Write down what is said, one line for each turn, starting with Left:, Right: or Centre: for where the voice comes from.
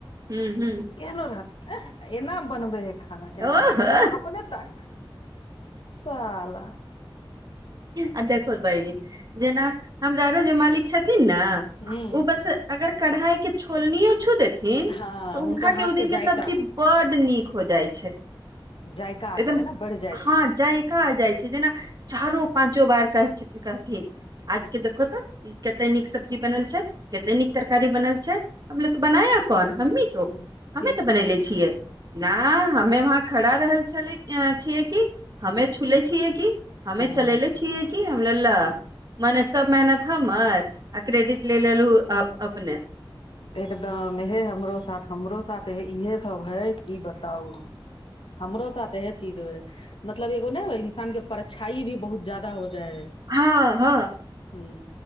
Right: ह ह
Left: केहनो रहतऽ एह एना बनबे है खाना एना
Right: ओहो
Left: बनै मत अपने तारीफ। साला।
Right: आ देखो बहिन जेना हमरा ओर जे मालिक छथिन ने
Left: हूँ
Right: ओ बास अगर कढ़ाई के छोलनीयो छू देत थिन
Left: हँ
Right: तऽ हुनका
Left: हुनकर हाथ
Right: के ओ दिन के
Left: जायका
Right: सब्जी बड़ नीक हो जाई छै।
Left: जायका आ
Right: एकदम
Left: जाइ हइ ने बढ़ि जाइ
Right: ह
Left: छै
Right: जायका आ जाई छै जेना चारो
Left: हूँ
Right: पाँच चो बार कह कहथिन आज
Left: हूँ
Right: के देखहो तऽ कते नीक सब्जी बनल छै कते नीक तरकारी बनल छै हम कहली तो बनाया कौन हमही।
Left: हूँ
Right: हमे
Left: हूँ
Right: तऽ बनैले छियै नै हमे वहा खड़ा रहल छल छियै कि हमे छूले छियै कि
Left: हूँ
Right: चलले छियए ककिहम ललऽ
Left: हूँ
Right: मने सभ मेहनत हमर आ क्रेडिट ले लेलु अपने
Left: एकदम हे हमरो साथ हमरो साथ हे इहे सभ है कि बताउ हमरो साथ एह चीज हो है मतलब एगो ने इन्सान के परछाइ भी बहुत ज्यादा होई जाए है
Right: ह ह
Left: हू